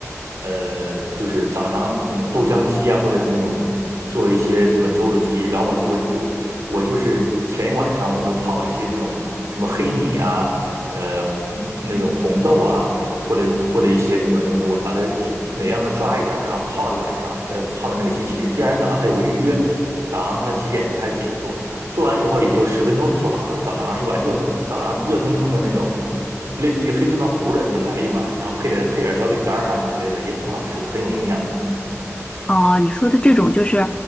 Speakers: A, on the right; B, on the left.
A: 呃，就是早上那种豆浆机啊，或者是那种做一些什么粥的机。然后我就我就我就是前一晚上我会泡一些这种什么黑米啊，呃，嗯那种红豆啊，或者或者一些什么东西，我把它抓每样都抓一点儿，然后泡一晚上，再泡到那个机器里。第二天早上它有个预约，早上它几点钟开始自己做，做完以后也就十分钟就做好了，早上一碗热腾腾，早上热腾腾的那种。类似于黑芝麻糊的什么来一碗，然后配点配点小饼干啊什么之类的，也挺好吃的，很有营养的。
B: 哦，你说的这种就是，